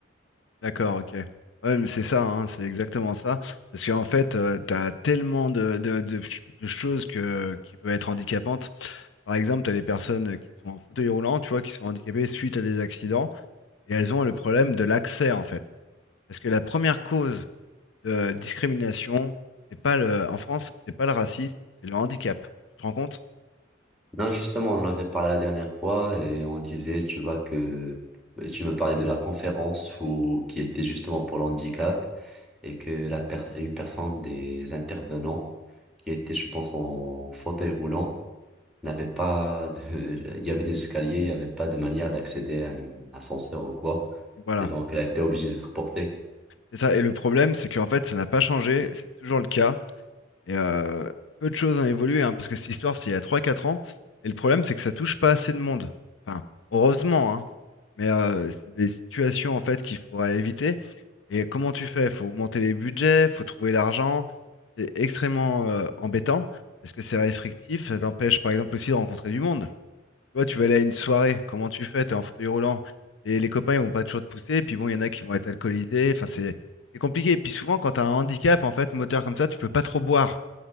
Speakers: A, on the left; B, in the centre.
A: D'accord, ok. Ouais, mais c'est ça, hein, c'est exactement ça. Parce qu'en fait, euh, tu as tellement de, de- de ch- de choses que, qui peuvent être handicapantes. Par exemple, tu as les personnes qui sont en fauteuil roulant, tu vois, qui sont handicapées suite à des accidents, et elles ont le problème de l'accès, en fait. Parce que la première cause de discrimination, c'est pas le, en France, c'est pas le racisme, c'est le handicap. Tu te rends compte?
B: Non, justement, on en avait parlé la dernière fois et on disait, tu vois, que tu me parlais de la conférence où, qui était justement pour l'handicap et que la per- une personne des intervenants qui était, je pense, en fauteuil roulant n'avait pas de, <laughs> il y avait des escaliers, il n'y avait pas de manière d'accéder à un ascenseur ou quoi.
A: Voilà.
B: Et donc, elle a été obligée d'être portée.
A: C'est ça, et le problème, c'est qu'en fait, ça n'a pas changé, c'est toujours le cas. Et euh, peu de choses ont évolué, hein, parce que cette histoire, c'était il y a trois quatre ans. Et le problème, c'est que ça touche pas assez de monde. Enfin, heureusement, hein, mais euh, c'est des situations en fait qu'il faudra éviter. Et comment tu fais? Faut augmenter les budgets, faut trouver l'argent. C'est extrêmement euh, embêtant, parce que c'est restrictif, ça t'empêche par exemple aussi de rencontrer du monde. Tu vois, tu vas aller à une soirée, comment tu fais? T'es en fauteuil roulant. Et les copains, ils vont pas toujours te pousser. Et puis bon, il y en a qui vont être alcoolisés. Enfin, c'est c'est compliqué. Et puis souvent, quand t'as un handicap, en fait, moteur comme ça, tu peux pas trop boire.